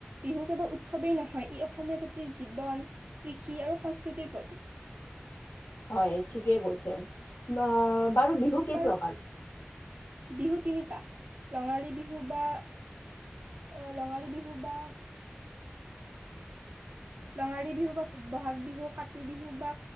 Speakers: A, on the right (about 65°); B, on the left (about 85°).
A: বিহু কেৱল উৎসৱেই নহয় ই অসমীয়া জাতিৰ জীৱন, কৃষি আৰু সংস্কৃতিৰ প্ৰতীক।
B: হয় ঠিকেই কৈছে বা বাৰু বিহু কেই
A: বাৰু
B: প্ৰকাৰ?
A: বিহু তিনিটা ৰঙালী বিহু বা আহ ৰঙালী বিহু বা ৰঙালী বিহু বা বহাগ বিহু, কাতি বিহু বা